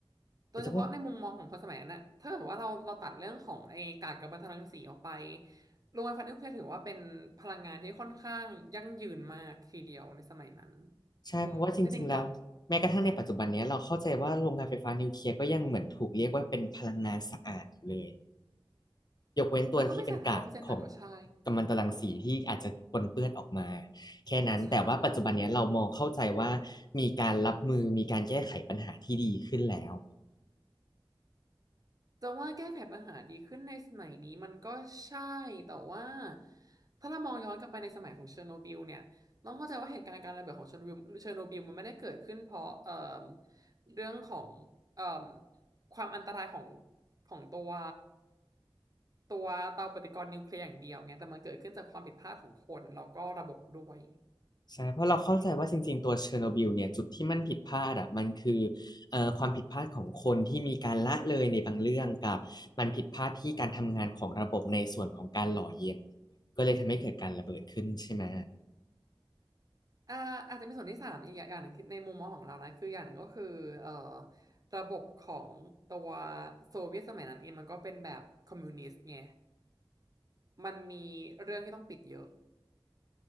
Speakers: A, on the right (about 40°); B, on the left (about 50°).
A: โดยเฉพาะในมุมมองของคนสมัยนั้นนะถ้าเกิดว่าเราเราตัดเรื่องของไอ้กากกัมมันตรังสีออกไป
B: จะว่า
A: โรงไฟฟ้านิวเคลียร์ถือว่าเป็นพลังงานที่ค่อนข้างยั่งยืนมากทีเดียวในสมัยนั้น
B: ใช่เพราะว่าจริงๆแล้วแม้กระทั่งในปัจจุบันเนี้ยเราเข้าใจว่าโรงงานไฟฟ้านิวเคลียร์ก็ยังเหมือนถูกเรียกว่าเป็นพลังงานสะอาดอยู่เลย
A: มุมมองจริงๆก็
B: ยกเว้นตัวที่เป็นกากของ
A: มันก็ไม่สานทั้งร้อยเปอร์เซ็นต์แต่ก็ใช่
B: กัมมันตรังสีที่อาจจะปนเปื้อนออกมาแค่นั้นแต่ว่าปัจจุบันเนี้ยเรามองเข้าใจว่า
A: ใช่
B: มีการรับมือมีการแก้ไขปัญหาที่ดีขึ้นแล้ว
A: จะว่าแก้ไขปัญหาดีขึ้นในสมัยนี้มันก็ใช่แต่ว่าถ้าเรามองย้อนกลับไปในสมัยของเชอร์โนบิลเนี่ยต้องเข้าใจว่าเหตุการณ์การระเบิดของเชอร์โนบิลเชอร์โนบิลมันไม่ได้เกิดขึ้นเพราะเอ่อเรื่องของเอ่อความอันตรายของของตัวตัวเตาปฏิกรณ์นิวเคลียร์อย่างเดียวไงแต่มันเกิดขึ้นจากความผิดพลาดของคนแล้วก็ระบบด้วย
B: ใช่เพราะเราเข้าใจว่าจริงๆตัวเชอร์โนบิลเนี่ยจุดที่มันผิดพลาดอ่ะมันคือเอ่อความผิดพลาดของคนที่มีการละเลยในบางเรื่องกับมันผิดพลาดที่การทำงานของระบบในส่วนของการหล่อเย็นก็เลยทำให้เกิดการระเบิดขึ้นใช่ไหม
A: อ่าอาจจะมีส่วนที่สามอีกอย่างหนึ่งคือในมุมมองของเรานะคืออย่างหนึ่งก็คือเอ่อระบบของตัวโซเวียตสมัยนั้นเองมันก็เป็นแบบคอมมิวนิสต์ไงมันมีเรื่องที่ต้องปิดเยอะ